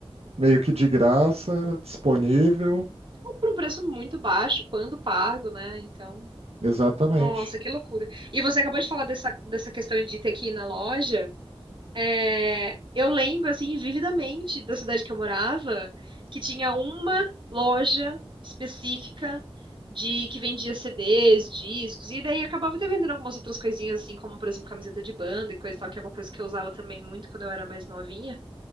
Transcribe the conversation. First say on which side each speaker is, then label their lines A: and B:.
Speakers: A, on the right; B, on the right.
A: meio que de graça, disponível,
B: Ou por um preço muito baixo, quando pago, né? Então,
A: exatamente.
B: nossa, que loucura. E você acabou de falar dessa, dessa questão de ter que ir na loja. É, eu lembro, assim, vividamente da cidade que eu morava, que tinha uma loja específica de que vendia CDs, discos, e daí acabava até vendendo algumas outras coisinhas, assim, como, por exemplo, camiseta de banda e coisa e tal, que é uma coisa que eu usava também muito quando eu era mais novinha.